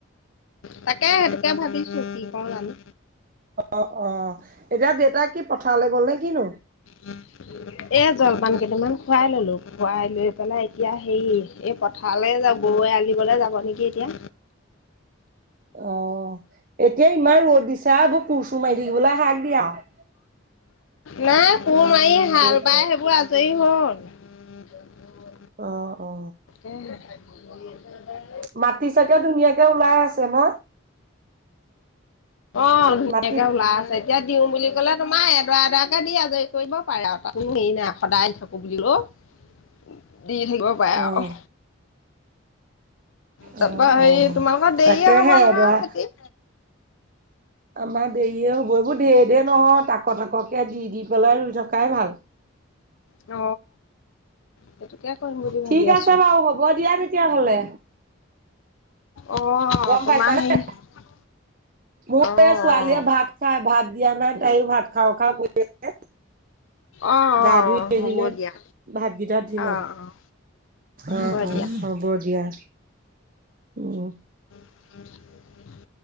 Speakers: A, on the left; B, on the right.
A: তাকে সেইটোকে ভাবিছো কি কওঁ জানো।
B: অ অ এতিয়া দেউতাক কি পথাৰলৈ গ'ল নে কিনো।
A: <unintelligible> এ জলপান কেইটামান খুৱাই ললো খুৱাই লৈ পেলাই এতিয়া হেৰি এই পথাৰলে যাব, বৌৱে আলিদিবলৈ যাব নেকি এতিয়া।
B: অ এতিয়া ইমান ৰ'দ দিছা আও কোৰচোৰ মাৰি থাকিবলে শাক দিয়া আও, <inaudible>
A: নাই কোৰ মাৰি হাল
B: এতিয়া।
A: বাই সেইবোৰ আজৰি হ'ল।
B: অ অ,
A: উম <unintelligible>
B: মাটি চাতিয়ো ধুনীয়াকে ওলাই আছে ন।
A: অ ধুনীয়াকে
B: মাটি
A: উলাই আছে এতিয়া দিওঁ বুলি ক'লে। তোমাৰ এডৰা এডৰাকে দি আজৰি কৰিব পাৰে আৰু তো হেৰি নাই সদায় থ বন্ধ দি থাকিব পাৰে
B: অ',
A: আৰু তাৰপা
B: অ',
A: হেৰি
B: অ',
A: তোমালোকৰ দেৰিয়ে
B: তাকেহে
A: হব নহয়
B: ধৰা
A: খেতি।
B: আমাৰ দেৰিয়ে হ'ব এইবোৰ দেৰ দেৰ নহয় তাক তাককে দি দি পেলাই ৰুই থকাই ভাল।
A: অ সেইটোকে কৰিম বুলি ভাবি
B: ঠিক
A: আছো
B: আছে বাৰু হ'ব দিয়া তেতিয়াহলে।
A: অহ
B: গম
A: তোমাৰ
B: পাইছানে?
A: হেৰি,
B: মোৰ
A: অ
B: এ ছোৱালীয়ে
A: অ
B: ভাত খাই ভাত দিয়া নাই তাইও ভাত খাওঁ খাওঁ কৰি আছে।
A: অঁ
B: গা
A: অঁ
B: ধুই
A: অঁ
B: আহিলে
A: হ'ব দিয়া
B: ভাতগিটা দি লওঁ
A: অঁ অঁ
B: অ
A: হ'ব
B: অ
A: দিয়া
B: হব দিয়া উম
A: <inaudible>